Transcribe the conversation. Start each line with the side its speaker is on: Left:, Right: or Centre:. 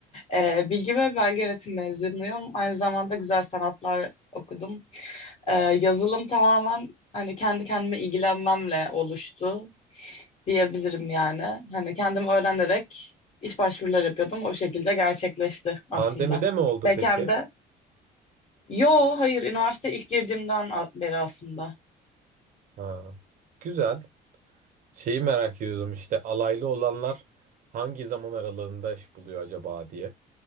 Left: E, bilgi ve belge yönetim mezunuyum. Aynı zamanda güzel sanatlar okudum. E, yazılım tamamen hani kendi kendime ilgilenmemle oluştu. diyebilirim yani. Hani kendim öğrenerek iş başvuruları yapıyordum. O şekilde gerçekleşti aslında.
Right: Pandemide mi oldu
Left: Backend'de.
Right: peki?
Left: Yo hayır üniversite ilk girdiğimden a- beri aslında.
Right: Ha, güzel. Şeyi merak ediyordum işte alaylı olanlar hangi zaman aralığında iş buluyor acaba diye.